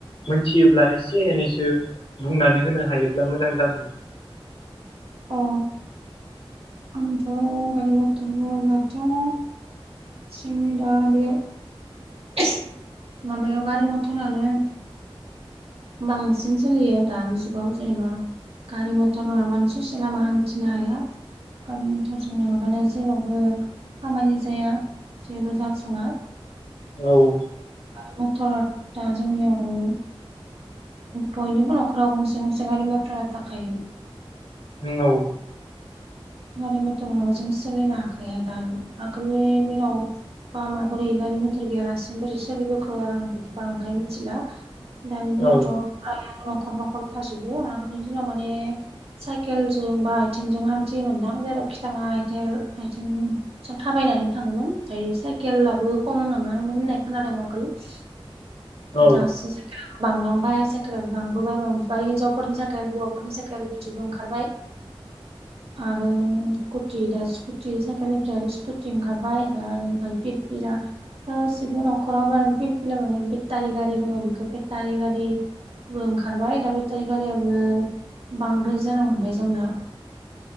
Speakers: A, on the left; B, on the right.
A: मोनथियोब्ला एसे एनैसो बुंनानै होनो हायोब्ला मोजां जागौमोन।
B: अ आंथ' गारि मथरबो माथो स द बे <inaudible> माबायाव गारि मथरानो बांसिन सोलियो दानि जुगाव जेनेबा गारि मथर नंयाबानो ससे लामा हान्थिनो हाया। गामि मथरजों नङाबानो जेरावबो खामानि जाया जेबो जाफुङा।
A: औ।
B: आरो मथरा दा जोंनियाव बयनिबो न'खराव गंसे गंसे गारि मटरा थाखायो।
A: नोंगौ <inaudible>
B: गारि मथर नंयाब्ला' जों सोलिनो हाखाया दा आगोलनि दिनाव बा माबोरै गानि मथर गैयालासिनो बोरै सोलिबोखो आं बेखौ बांद्राय मिथिला। दानि दिनावथ'
A: औ
B: न'खर न'खर थाजोबो। आगोलनि दिनाव माने साइकेलजों बा आथिंजों हान मोनदां जेराव खिथाङा आथेल आथिं जों थाबायनानै थाङोमोन। ओमफ्राय साइकेलाबो खम नामामोन होननाय खोनादों आगोलाव
A: औ
B: दासो सेल बांलांबाय साइकेल बांबोबाय बांबोबाय हिनजावफोरनि साइखेल हौवाफोरनि साइकेल बिदिबो ओंखारबाय आरो स्कुटि दा स्कुटि साइकेलनिफ्राय आरो स्कुटि ओंखारबाय दा आरो ओमफ्राय फिरफिरा गासिबो नखराव मा फिरला माने बेटारि गारि बङो बेखौ बेटारि गारि। बो ओंखारबाय दा बेटारि गारियाबो बांद्राय जानो हमबाय जोंना।